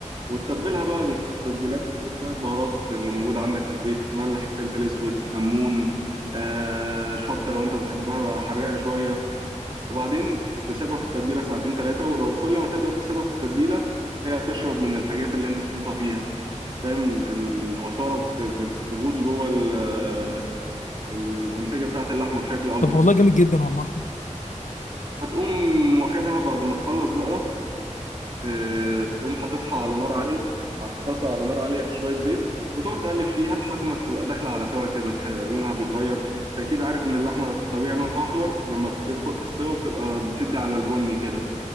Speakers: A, on the right (about 40°); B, on the left (about 80°).
A: وتتبلها بقى بالتتبيلات شوية بهارات اللي موجودة عندك في البيت ملح فلفل أسود كمون آه شطة لو أنت بتحبها حراقة شوية وبعدين تسيبها في التتبيلة ساعتين تلاتة ولو كل ما تقدر تسيبها في التتبيلة هي هتشرب من الحاجات اللي أنت حاططها فيها فاهم العصارة بت- بتغوص جوه ال- الأنسجة بتاعة اللحمة بشكل أكبر
B: طب والله جامد جدا والله
A: هتقوم واخدها بعد ما تخلص بقى آه، تقوم حاططها على نار عالية في طاسة على نار عالية في شوية زيت وتقعد تقلب فيها لحد ما تبقى داخلة على سوا كده تح- لونها بيتغير انت اكيد عارف ان اللحمة في الطبيعي لونها احمر لما بتدخل في السوا بتبقى بتدي على البني كده